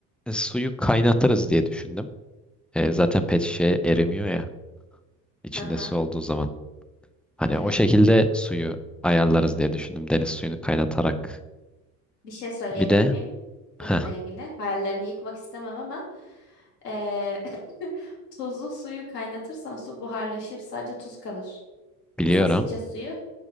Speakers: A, in the centre; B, on the left (about 85°).
A: e, suyu kaynatırız diye düşündüm. E, zaten pet şişe erimiyor ya içinde
B: hı hı,
A: su olduğu zaman. Hani
B: hı hı.
A: o şekilde suyu ayarlarız diye düşündüm. Deniz suyunu kaynatarak
B: Bir şey söyleyebilir
A: Bir de
B: miyim? Bununla
A: heh,
B: ilgili. Hayallerini yıkmak istemem ama eee <laughs> tuzlu suyu kaynatırsan su buharlaşır. Sadece tuz kalır.
A: biliyorum.
B: Biz nasıl içeceğiz suyu?